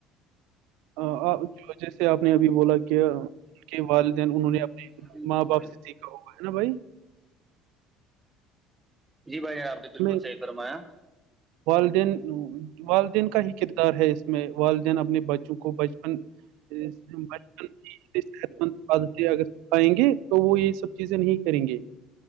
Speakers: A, on the right; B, on the right.
A: جو جیسے آپ نے ابھی بولا کہ ان کے والدین انہوں نے اپنے
B: جی <unintelligible>
A: پب سٹی کا ہو ہےا بھائی <unintelligible>
B: جی بھائی آپ نے بالکل
A: ہمیں
B: صحی فرمایا
A: والدین والدین کا ہی کردار ہے اس میں والدین اپنے بچوں کو ب <unintelligible> <unintelligible> صحت مند عادتیں اگر آائیں گے تو وہ یہ سب چیزیں نہیں کریں گے <unintelligible>